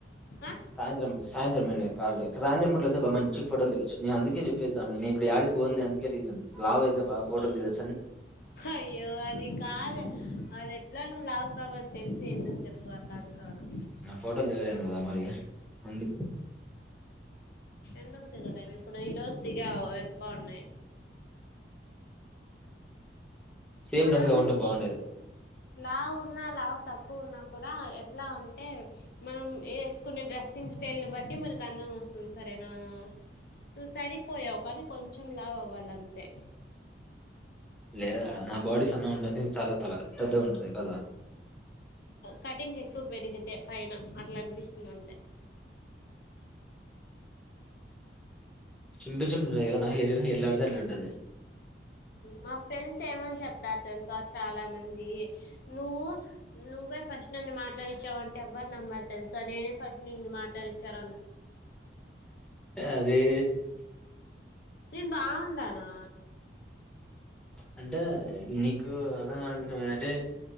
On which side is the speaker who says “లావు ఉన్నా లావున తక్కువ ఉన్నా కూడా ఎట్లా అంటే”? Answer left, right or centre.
Left